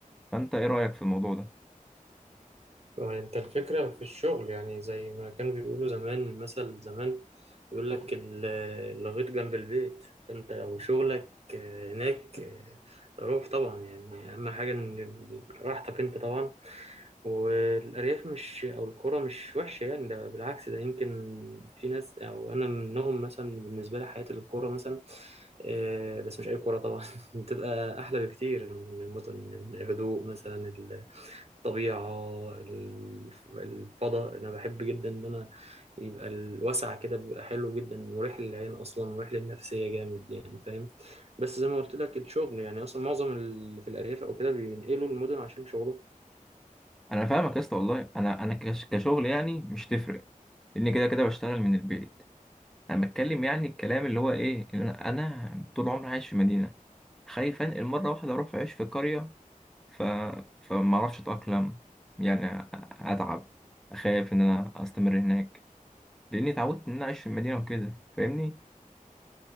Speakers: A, in the centre; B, on the right.
A: فانت ايه رايك في الموضوع ده
B: فأنت الفكرة في الشغل يعني زي ما كانوا بيقولوا زمان المثل زمان يقول لك ال- الغيط جنب البيت فأنت لو شغلك آه، هناك آه، روح طبعا يعني أهم حاجة إن ال- راحتك أنت طبعا والأرياف مش أو القرى مش وحشة يعني ده بالعكس ده يمكن في ناس أو أنا منهم مثلا بالنسبة لي حياة القرى مثلا آه، بس مش أي قرى طبعا <laughs> بتبقى أحلى بكتير من المدن من الهدوء مثلا الطبيعة الف- الفضاء أنا بحب جدا إن أنا يبقى الوسع كده بيبقى حلو جدا مريح للعين أصلا مريح للنفسية جامد يعني فاهم بس زي ما قلت لك الشغل يعني أصلا معظم اللي في الأرياف أو كده بينقلوا المدن عشان شغلهم
A: انا فاهمك يا اسطى والله انا انا كش- كشغل يعني مش تفرق لان كده كده بشتغل من البيت انا بتكلم يعني الكلام اللي هو ايه اللي انا انا طول عمري عايش في مدينه خايف انقل مره واحده اروح اعيش في قريه ف فما اعرفش اتاقلم يعني أ- اتعب اخاف ان انا استمر هناك لاني اتعودت ان انا اعيش في المدينه وكده فاهمني